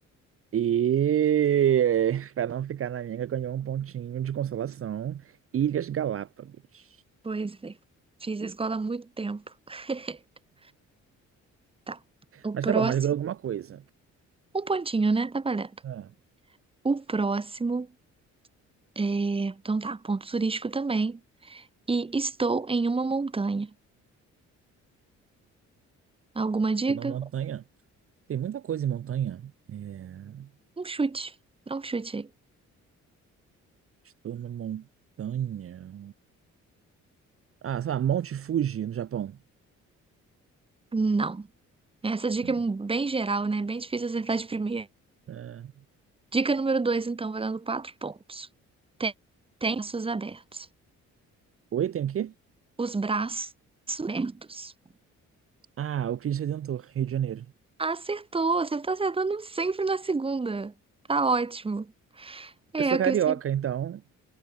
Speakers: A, on the right; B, on the right.
A: E <laughs> para não ficar na míngua, ganhou um pontinho de consolação. Ilhas Galápagos.
B: Pois é. Fiz a escola há muito tempo. <laughs> Tá. O
A: Mas
B: próximo.
A: tá bom, mas ganhou alguma coisa.
B: Um pontinho, né? Tá valendo.
A: É,
B: O próximo é. Então tá, ponto turístico também. E estou em uma montanha. Alguma dica?
A: tem uma montanha. Tem muita coisa em montanha. É,
B: Um chute. Dá um chute aí.
A: estou numa montanha. Ah, sei lá, Monte Fuji, no Japão.
B: Não. Essa dica
A: Hum.
B: é bem geral, né? Bem difícil acertar de primeira.
A: É.
B: Dica número dois, então, valendo quatro pontos. Tem, tem braços abertos.
A: Oi, tem o quê?
B: Os braços abertos.
A: Ah, o Cristo Redentor, Rio de Janeiro.
B: Acertou! Você tá acertando sempre na segunda. Tá ótimo. É,
A: Eu sou
B: eu
A: carioca,
B: cresci.
A: então.